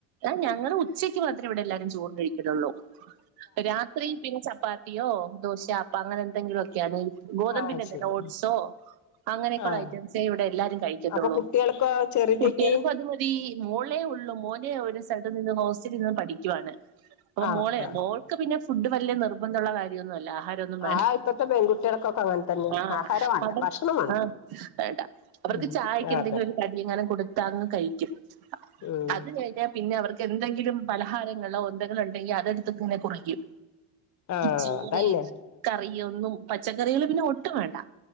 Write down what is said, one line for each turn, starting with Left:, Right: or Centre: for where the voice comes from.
Right: ആഹ്ഞങ്ങള് ഉച്ചയ്ക്ക് മാത്രേ ഇവിടെ എല്ലാരും ചോറ് കഴിക്കലുള്ളൂ രാത്രി പിന്നെ ചപ്പാത്തി യോ ദോശാപ്പ അങ്ങനെ എന്തെങ്കിലു ഒക്കെയാണ് ഗോതമ്പിന്നെന്തോ
Left: ആഹ് ശരി
Right: ഒട്ട്സോ അങ്ങനെയൊക്കെള്ള
Left: ആഹ്
Right: ഐറ്റംസെ ഇവ്ടെ എല്ലാരും കഴിക്കത്തുള്ളൂ
Left: അപ്പൊ കുട്ടികൾക്കോ ചെറിയറ്റക്ക്
Right: കുട്ടികൾക്കും അത്പോലെ ഈ മോളെ ഉള്ളു മോനെ ഒരു സൈഡി നിന്ന് ഹോസ്റ്റലിൽ നിന്ന് പഠിക്കുവാണ് അപ്പൊ
Left: ആഹ്
Right: മോൾ
Left: ആഹ്
Right: മോൾക്ക് പിന്നെ ഫുഡ് വലിയ നിർബന്ധുള്ള കാര്യൊന്നു അല്ല ആഹാരൊ ഒന്നും വേണ്ട
Left: ആഹ് ഇപ്പത്തെ പെൺകുട്ടികൾക്കൊക്കെ അങ്ങനെ തന്നെ
Right: ആഹ്
Left: ആഹാരം വേണ്ട
Right: അതെ
Left: ഭക്ഷണം വേണ്ട
Right: ആഹ് വേണ്ടാ അവർക്ക്
Left: ഉം
Right: ചായക്ക് എന്തെങ്കിലും
Left: അതെ
Right: ഒരു കടി എങ്ങനെ കൊടുത്താങ്ങ് കഴിക്കും
Left: ഉം
Right: അത് കഴി ഞ്ഞാ പിന്നവർക്ക് എന്തെങ്കിലും പലഹാരങ്ങളോ എന്തെങ്കിലും ഉണ്ടെങ്കി അത് ടുത്തിക്കിങ്ങനെ കുറിക്കും
Left: ആഹ്
Right: ചോറ്
Left: അതന്നെ
Right: കറി യൊന്നും പച്ചക്കറികൾ പിന്നെ ഒട്ടും വേണ്ട